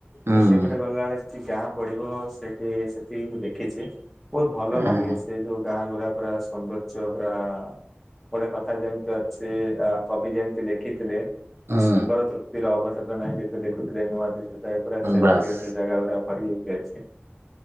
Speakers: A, on the right; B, in the centre.
A: ହୁଁ
B: ତ ସେପଟେ ଗଲାବେଳେ କି ଗାଁ ପଡିବ ସେଠି ସେତିକି ମୁଁ ଦେଖିଛି ବହୁତ ଭଲ ଲାଗେ
A: ଅହ
B: ସେ ଯୋଉ ଗାଁ ଗୁଡା ପୁରା ସୌନ୍ଦର୍ଯ୍ୟ ପୁରା ଗୋଟେ କଥା ଯେମିତି ଅଛି ଆ କବି ଯେମିତି ଲେଖିଥିଲେ।
A: ହୁଁ
B: ସୁନ୍ଦର ତୃପ୍ତି ର ଅବସାଦ ନାହିଁ ଯେତେ ଦେଖୁଥିଲେ ନୂଆ ଦିଶୁଥାଇ। ପୁରା ସେମତିକା
A: ବାସ୍
B: ସେ ଜାଗାଗୁରା। ଭରିହେଇକି ଅଛି।